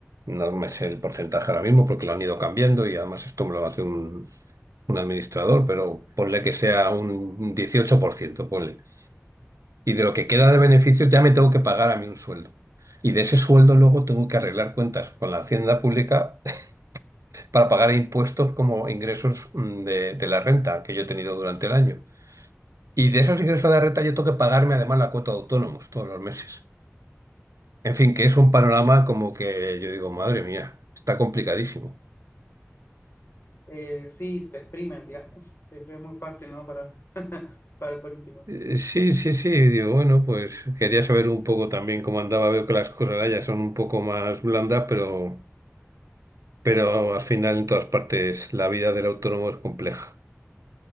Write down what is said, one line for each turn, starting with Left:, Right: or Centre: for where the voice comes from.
Right: no me sé el porcentaje ahora mismo porque lo han ido cambiando y además esto me lo hace un, un administrador, pero ponle que sea un 18% ponle. Y de lo
Left: Uh,
Right: que queda de beneficios ya me tengo que pagar a mí un sueldo. Y de ese sueldo luego tengo que arreglar cuentas con la Hacienda Pública <laughs> para pagar impuestos como ingresos mm, de, de la renta que yo he tenido durante el año. Y de esos ingresos de renta yo tengo que pagarme además la cuota de autónomos todos los meses. En fin, que es un panorama
Left: claro.
Right: como que yo digo, madre mía, está complicadísimo.
Left: Eh, sí, te exprimen, digamos. <laughs> Es, es muy fácil, ¿no? Para, <laughs> para el político.
Right: Eh, Sí, sí,
Left: Mm.
Right: sí, digo, bueno, pues quería saber un poco también cómo andaba. Veo que las cosas allá son un poco más blandas, pero, pero al final en todas partes la vida del autónomo es compleja.